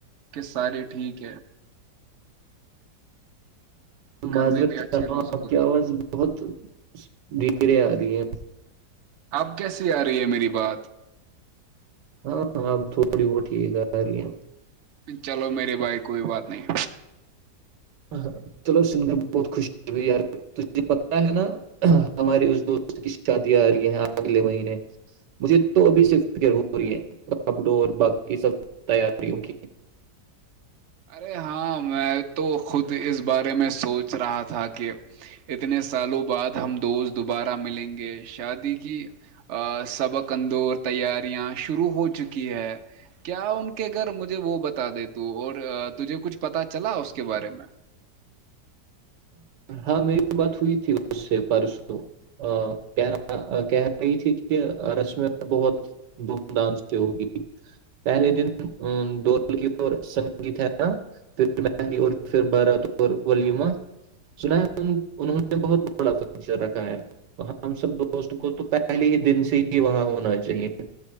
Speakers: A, on the right; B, on the right.
A: کہ سارے ٹھیک ہے گھر
B: معذرت
A: میں بھی اچھی
B: چاہا
A: روز
B: ہوں آپ
A: ہوتی
B: کی آواز بہت دھیریں آ رہی ہیں
A: اب کیسیے آ رہی ہے میری بات
B: ہاںاں اب تھوڑی بہت ہی گ رہ
A: چلو میرے بھائی کوئی بات نہیں
B: ہ چلو سن کر بہت خوشی ہوئی یار تجے پتا ہے نا ہماری اس دوست کی شادی آ رہی ہے اگلے مہینے مجھے تو ابھی شفروری ہے آ ڈ باقی سب تیاریوں کی
A: ارے ہاں میں تو خود اس بارے میں سوچ رہا تھا کہ اتنے سالوں بعد ہم دوست دوبارہ ملیں گے شادی کی سبق اندور تیاریاں شروع ہو چکی ہے کیا ان کے گھر مجھے وہ بتا دے تو اور تجھے کچھ پتا چلا اس کے بارے میں
B: ہاں میری بات ہوئی تھی اس سے پرسوں ا کہ رہا کہہ رہی تھی کہ رشمی بہت دھوم دھام سے ہوگی پہلے دن د کی سنگیت ہے نا پھر مہندی اورھر بارات اور ولیما سنا ہے انہوں نے بہت بڑار رکھا ہے ہم سب دوست کو تو پہلے ہی دن سے ہی وہاں ہونا چاہیے